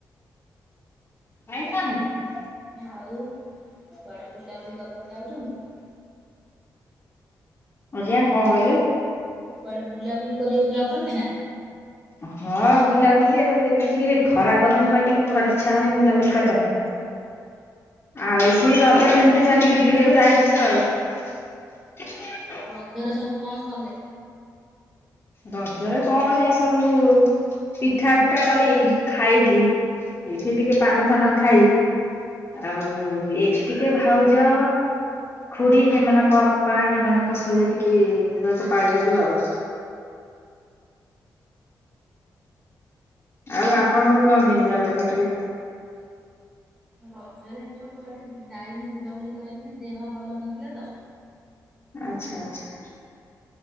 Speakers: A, on the left; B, on the right.
A: ଆଇଁଷ କରିନା?
B: ଆଉ କୁଆଡେ ବୁଲାବୁଲି କରିବାକୁ ଯାଉଛନ୍ତି?
A: ଆଜ୍ଞା କଣ କହିଲେ?
B: କୁଆଡେ ବୁଲାବୁଲି କରିବାକୁ ଯାଉଛନ୍ତି ନା?
A: ହଁ ବୁଲାବୁଲି ଆଉ ଏବେ ଟିକେ ଖରା ଗରମ ପାଇଁ ଟିକେ କୁଆଡେ ଇଚ୍ଛା ହଉନି ବୁଲାବୁଲି କରିବା ପାଇଁ।
B: <inaudible>
A: ଆଉ ସେ ରଜ ଟାଇମ ରେ ଯାହା ଟିକେ ବୁଲିବାକୁ ଯାଇଥିଲୁ ଆଉ।
B: ଆଉ ରଜରେ ସବୁ କଣ କଲେ?
A: ରଜରେ କଣ ଏଇ ସବୁ ପିଠା ଫିଠା କରି ଖାଇକି। ଏଇଠି ଟିକେ ପାନଫାନ ଖାଇ। ଆଉ ଏଇଠି ଟିକେ ଭାଉଜ ଖୁଡି ଏମାନଙ୍କ ଅପା ଏମାନଙ୍କ ସହିତ ଟିକେ ରଜ ପାଳିଦେଲୁ ଆଉ। ଆଉ ଆପଣଙ୍କର କଣ କେମିତି ରଜ କଟିଲା?
B: ରଜରେ ଏଥର କୁଆଡେ ଯାଇନୁ ବୁଲାବୁଲି କରିବା ପାଇଁ ଦେହ ଭଲ ନଥିଲା ତ।
A: ଆଚ୍ଛା ଆଚ୍ଛା।